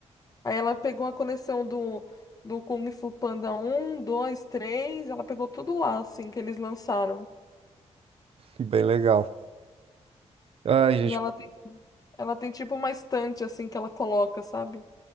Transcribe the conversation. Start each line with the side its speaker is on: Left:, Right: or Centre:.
Left: Aí ela pegou a coleção do, do Kung Fu Panda Um, 2, 3. Ela pegou tudo lá, assim, que eles lançaram.
Right: Bem legal. Ai,
Left: E
Right: gente,
Left: ela tem, ela tem tipo uma estante, assim, que ela coloca, sabe?